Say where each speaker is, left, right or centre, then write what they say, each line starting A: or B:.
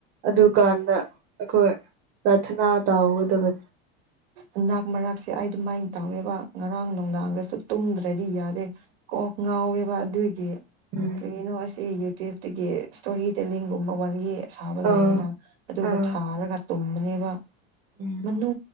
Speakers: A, on the right (about 35°); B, on the right (about 80°).
A: ꯑꯗꯨꯀꯥꯟꯗ ꯑꯩꯈꯣꯏ ꯄ꯭ꯔꯥꯊꯅꯥ ꯇꯥꯎꯒꯗꯕꯅꯤ
B: ꯎ ꯅꯛ ꯃꯔꯛꯁꯦ ꯑꯩ ꯑꯗꯨꯃꯥꯏꯅ ꯇꯧꯋꯦꯕ ꯉꯔꯥꯡ ꯅꯨꯡꯗꯥꯡꯗꯁꯨ ꯇꯨꯝꯗ꯭ꯔꯗꯤ ꯌꯥꯗꯦ ꯀꯣꯛ ꯍꯥꯎꯋꯦꯕ ꯑꯗꯨꯒꯤ
A: ꯎꯝ
B: ꯀꯔꯤꯅꯣ ꯑꯁꯤ ꯌꯨꯇ꯭ꯌꯨꯕꯇꯒꯤ ꯏꯁꯇꯣꯔꯤ ꯇꯦꯂꯤꯡꯒꯨꯝꯕ ꯋꯥꯔꯤ ꯑꯁꯥꯕ
A: ꯑꯥ
B: ꯂꯩꯌꯦꯅ ꯑꯗꯨꯗ
A: ꯑꯥ
B: ꯊꯥꯔꯒ ꯇꯨꯝꯕꯅꯦꯕ
A: ꯎꯝ
B: ꯃꯅꯨ